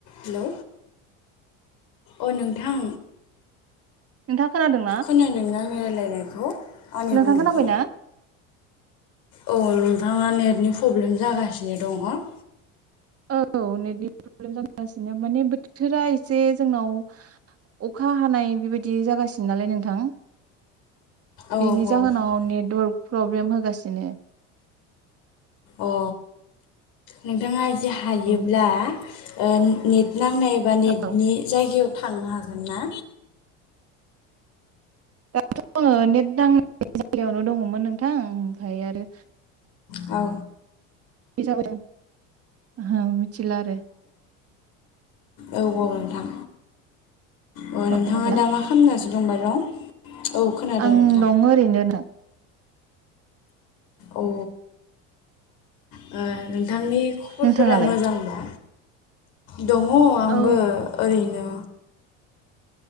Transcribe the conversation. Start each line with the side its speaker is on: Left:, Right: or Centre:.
Left: Hello अ नोंथां
Right: नोंथाङा खोनादोंना?
Left: खोनादोंना आंनि रायलायनायखौ आंनि
Right: नोंथां
Left: बुंनायखौ?
Right: खोनाबायना?
Left: औ नोंथाङा नेटनि पब्लेम जागासिनो दङ।
Right: औ नेटनि प्रब्लेम जांगासिनो माने बोथोरा एसे जोंनाव अखा हानाय बेबायदि जागासिनो नालाय नोंथां।
Left: औ
Right: बेनि
Left: औ
Right: जाहोनाव नेटवर्क प्रब्लेम होगासि सिनो
Left: अ नोंथाङा दि हायोब्ला
Right: औ
Left: ओ नि नांनायबा नेटनि
Right: औ
Left: जायगायाव थांनो हागोन ना
Right: दाथ' आङो नेट नांनाय जायगायावनो दङमोन नोंथां ओमफ्राय आरो
Left: औ
Right: जाबो दां होम मिथिला आरो
Left: औ‌ औ नोंथां अ
Right: औ
Left: नोंथाङा
Right: खोनाबाय
Left: दा मा खालाम गासिनो दंबाय दं औ खोनादों
Right: आं
Left: नोंथां
Right: दङ ओरैनो
Left: औ ओ नोंथां‌ नोंथांनि खबरफोरा
Right: नोंथाङालाय?
Left: मोजांबा दङ आंबो
Right: औ
Left: ओरैनो